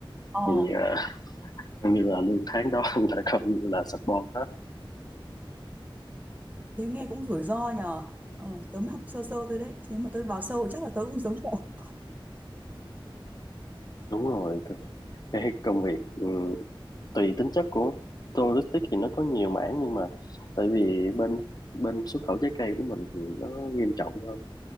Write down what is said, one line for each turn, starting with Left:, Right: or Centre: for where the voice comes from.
Right: Ờ
Left: thì ờ, như là lương tháng đó <laughs> là coi như là support hết
Right: thế nghe cũng rủi ro nhờ ờ, tớ mới học sơ sơ thôi đấy nếu mà tớ vào sâu chắc là tớ cũng giống cậu
Left: đúng rồi cái cái công việc ừ, tùy tính chất của logistics thì nó có nhiều mảng nhưng mà tại vì bên bên xuất khẩu trái cây của mình thì nó nghiêm trọng hơn